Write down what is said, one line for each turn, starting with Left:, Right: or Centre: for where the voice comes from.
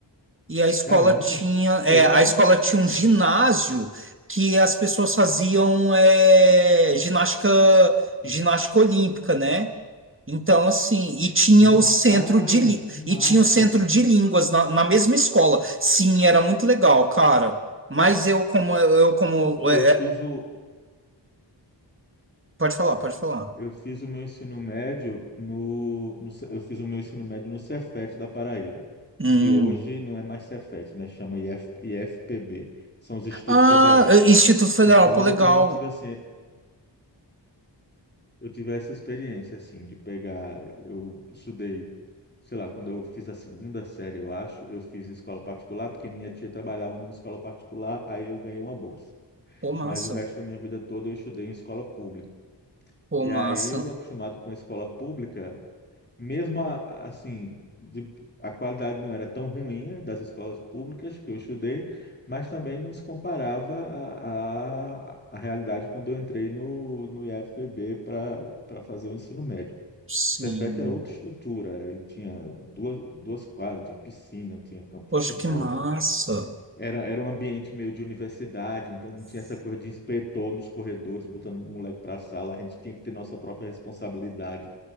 Right: e a escola
Left: Caramba,
Right: tinha,
Left: que show.
Right: é, a escola
Left: hein?
Right: tinha um ginásio que as pessoas faziam é, ginástica, ginástica olímpica, né? Então, assim, e tinha
Left: Uhum.
Right: o centro
Left: Cara,
Right: de, lí-
Left: que massa.
Right: e tinha o centro de línguas na, na mesma escola. Sim, era muito legal, cara. Mas eu como eu como
Left: Pô,
Right: é,
Left: eu fiz
Right: é,
Left: o,
Right: pode falar, pode falar.
Left: eu fiz o meu ensino médio no, no Ce- eu fiz o meu ensino médio no Cefet da Paraíba,
Right: Hum.
Left: que hoje não é mais Cefet, né? Chama IF, IFPB, são os Institutos
Right: Ah,
Left: Federais.
Right: é, Instituto Federal,
Left: Então
Right: pô, legal.
Left: eu também tive assim, eu tive essa experiência, assim, de pegar. Eu estudei, sei lá, quando eu fiz a segunda série, eu acho, eu fiz em escola particular, porque minha tia trabalhava numa escola particular, aí eu ganhei uma bolsa.
Right: Pô, massa.
Left: Mas o resto da minha vida toda eu estudei em escola pública.
Right: Pô,
Left: E
Right: massa.
Left: aí eu acostumado com a escola pública, mesmo a- assim, de- a qualidade não era tão ruim né, das escolas públicas que eu estudei, mas também não se comparava à à- à realidade quando eu entrei no, no IFPB para para fazer o ensino médio.
Right: Sim.
Left: O Cefet era outra estrutura, ele tinha duas, duas quadras, tinha piscina, tinha campo de
Right: Poxa,
Left: futebol,
Right: que massa.
Left: era, era um ambiente meio de universidade, então não tinha essa coisa de inspetor nos corredores, botando o moleque para a sala. A gente tinha que ter nossa própria responsabilidade